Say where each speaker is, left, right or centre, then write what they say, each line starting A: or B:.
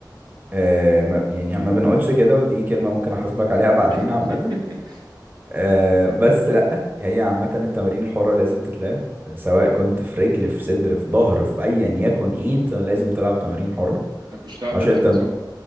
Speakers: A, on the right; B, on the right.
A: آه، ما- يعني ما بنقولش كده ودي كلمه ممكن احاسبك عليها بعدين
B: <laughs>
A: عامه آه بس لا هي عامة التمارين الحرة لازم تتلعب سواء كنت في رجل في صدر في ظهر في ايا يكن ايه انت لازم تلعب تمارين حرة
B: انا كنت بتلعب
A: عشان
B: ديد ليفت
A: التمرين
B: صح